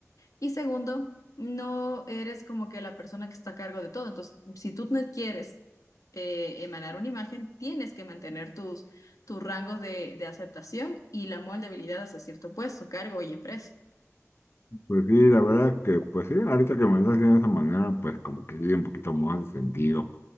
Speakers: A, on the left; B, on the left.
A: y segundo, no eres como que la persona que está a cargo de todo. Entonces, si tú no quieres eh, emanar una imagen, tienes que mantener tus, tus rangos de, de aceptación y la moldeabilidad hasta cierto puesto, cargo y empresa.
B: Pues sí, la verdad que, pues sí, ahorita que me lo estás haciendo de esa manera, pues como que sí, un poquito más de sentido.